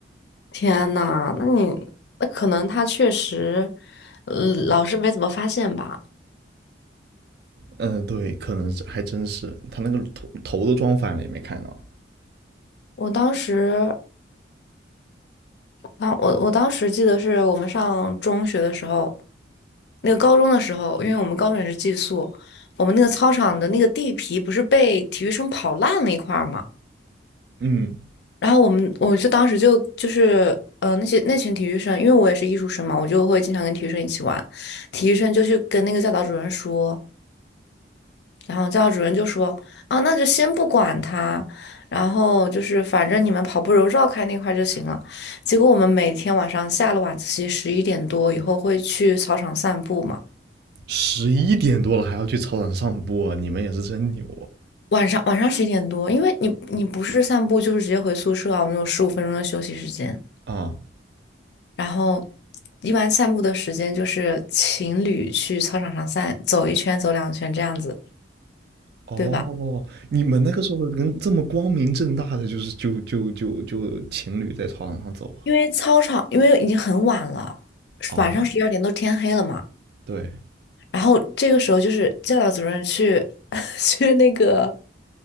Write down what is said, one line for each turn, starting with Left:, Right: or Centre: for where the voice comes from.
Left: 天呐，那你那可能他确实，呃，老师没怎么发现吧？
Right: 嗯，对，可能是还真是他那个头头都装反了也没看到。
Left: 我当时。啊，我我当时记得是我们上中学的时候，那个高中的时候，因为我们高中也是寄宿，我们那个操场的那个地皮不是被体育生跑烂了一块儿嘛，
Right: 嗯，
Left: 然后我们我就当时就就是呃那些那群体育生，因为我也是艺术生嘛，我就会经常跟体育生一起玩，体育生就去跟那个教导主任说。然后教导主任就说：“啊，那就先不管他，然后就是反正你们跑步时候绕开那块儿就行了。”结果我们每天晚上下了晚自习十一点多以后会去操场散步嘛。
Right: 十一点多了还要去操场上播，你们也是真牛
Left: 晚上晚上十一点多，因为你你不是散步就是直接回宿舍啊，我们有十五分钟的休息时间。
Right: 啊！啊，
Left: 然后一般散步的时间就是情侣去操场上散走一圈、走两圈这样子，
Right: 哦，
Left: 对吧？
Right: 你们那个时候跟这么光明正大的就是就就就就情侣在操场上走
Left: 因为操场因为已经很晚了，
Right: 啊？
Left: 晚上十二点都天黑了嘛。
Right: 啊，对
Left: 然后这个时候就是教导主任去 <laughs> 去那个